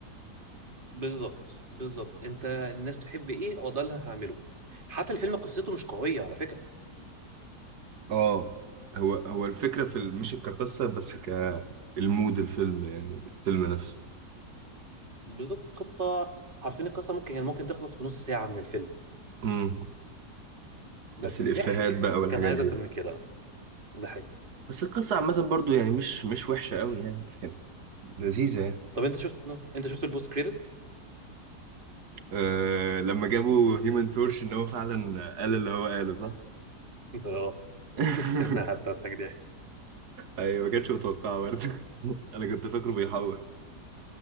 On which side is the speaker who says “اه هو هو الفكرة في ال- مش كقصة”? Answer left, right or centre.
Right